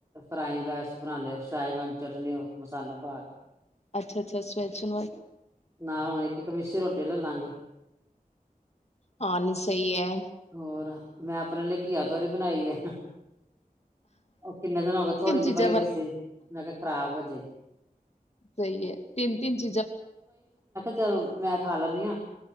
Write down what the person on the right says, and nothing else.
ਫਰਾਈ ਰਾਈਸ ਬਣਾ ਲਏ ਸਾਹਿਵਾਂ ਚਟਨੀ ਉਹ ਮਸਾਲਾ ਪਾ ਕੇ
ਨਾ ਹੁਣ ਇੱਕ ਅਸੀਂ ਰੋਟੀ ਲੈ ਲਾਂਗੇ
ਹੋਰ ਮੈਂ ਆਪਣੇ ਲਈ ਘਿਆ, ਤੋਰੀ ਬਣਾਈ ਹੈ ਉਹ ਕਿੰਨੇ ਦਿਨ ਹੋ ਗਏ ਥੋੜੀ ਜਿਹੀ
ਪਾਈ
ਦੀ ਸੀ, ਮੈਂ ਕਿਹਾ ਖਰਾਬ ਹੋ ਜਾਏ
ਚਲੋ ਮੈਂ ਖਾ ਲੈਦੀ ਆ